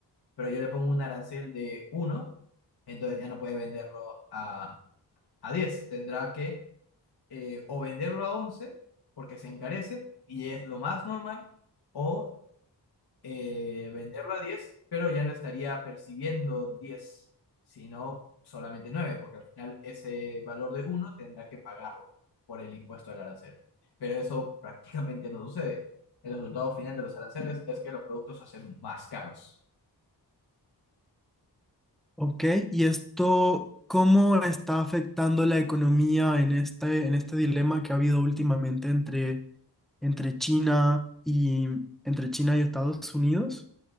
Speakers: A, on the left; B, in the centre.
A: pero yo le pongo un arancel de uno entonces ya no puede venderlo a, a diez tendrá que eh, o venderlo a 11 porque se encarece y es lo más normal, o eh, venderlo a 10 pero ya no estaría percibiendo 10 sino solamente nueve porque al final ese valor de uno tendrá que pagarlo por el impuesto del arancel. Pero eso prácticamente no sucede. El resultado final de los aranceles es que los productos se hacen más caros.
B: ¿Ok? Y esto, ¿cómo está afectando la economía en este, en este dilema que ha habido últimamente entre, entre China y entre China y Estados Unidos?